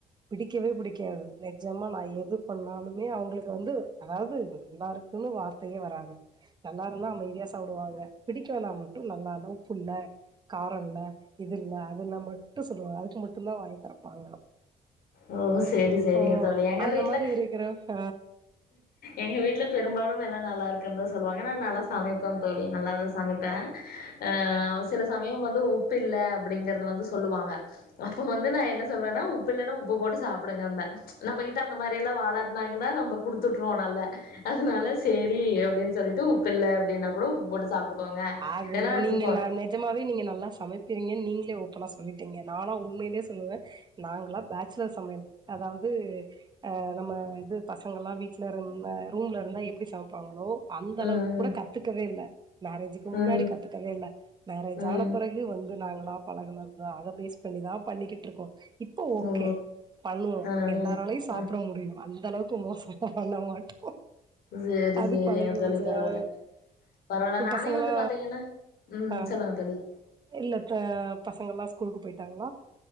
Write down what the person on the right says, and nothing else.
பிடிக்கவே பிடிக்காது நெஜமா நா எது பண்ணாலு மே அவ்ங்களுக்கு வந்து அதாவ்து நல்லா இருக்குன்னு வார்த்தையே வராது நல்லா இருந்தா அமைதியா சாப்டுவாங்க பிடிக்கலனா மட்டு நல்ல இல்ல உப்பில்ல கார இல்ல இது இல்ல அதுனா மட்டு சொல்லுவாங்க அதுக்கு மட்டுந்தா வாய தெறப்பாங்க
ஓ
அந்த
மாரி இருக்குறே ஹ
அது
நீங்க நா நெஜமாவே நீங்க நல்லா சமப்பீங்கன் நீங்களே ஓப்பனா சொல்லிட்டீங்க நாலா உண்மைலே சொல்லுவே நாங்களா பேச்சுலர் சமையல் அதாவ்து அ நம்ம இது பசங்கலா வீட்ல இருந்தா ரூம்ல இருந்தா எப்டி சமப்பாங்களோ அந்த அளவுக்கு
கூட கத்துக்கவே இல்ல மேரேஜ் க்கு முன்னாடி
கத்துக்கவே இல்ல மேரேஜ்
ஆன பிறகு வந்து நாங்களா பழகுனத்தா அத பேஸ் பண்ணிதா பண்ணிக்கிட்ருக்கோ இப்ப ஓகே
பண்ணுவோ
எல்லாராலயு
சாப்ட
முடியு அந்த அளவுக்கு மோசமா பண்ண மாட்டோ
அது
பழகிபோச்சு
அ
பசங்களா
ஆ
இல்ல இப்ப பசங்கலா ஸ்கூலுக்கு போயிட்டாங்களா